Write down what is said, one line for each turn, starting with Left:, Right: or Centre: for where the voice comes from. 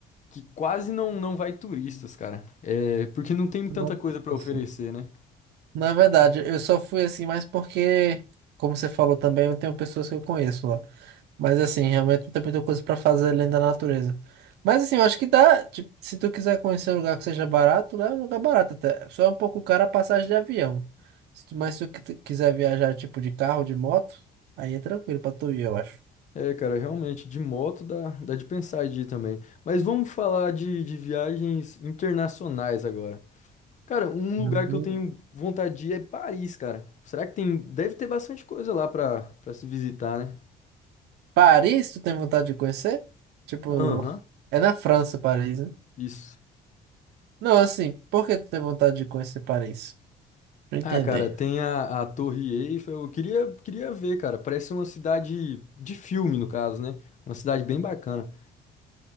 Left: que quase não, não vai turistas, cara. É porque não tem tanta
Right: Nossa.
Left: coisa pra oferecer, né?
Right: Na verdade, eu só fui assim, mais porque, como você falou também, eu tenho pessoas que eu conheço lá. Mas assim, realmente não tem muita coisa pra fazer além da natureza. Mas assim, eu acho que dá. Tipo, se tu quiser conhecer um lugar que seja barato, lá é um lugar barato até. Só é um pouco caro a passagem de avião. Se tu, mas se tu qui- quiser viajar tipo de carro, de moto, aí é tranquilo pra tu ir, eu acho.
Left: É, cara, realmente, de moto dá, dá de pensar de ir também. Mas vamos falar de, de viagens internacionais agora. Cara, um
Right: Uhum.
Left: lugar que eu tenho vontade de ir é Paris, cara. Será que tem. Deve ter bastante coisa lá pra, pra se visitar, né?
Right: Paris, tu tem vontade de conhecer? Tipo,
Left: Aham,
Right: é na França, Paris, né?
Left: isso.
Right: Não, assim, por que tu tem vontade de conhecer Paris? pra entender.
Left: Ah, cara, tem a, a Torre Eiffel. Eu queria, queria ver, cara. Parece uma cidade de filme, no caso, né? Uma cidade bem bacana.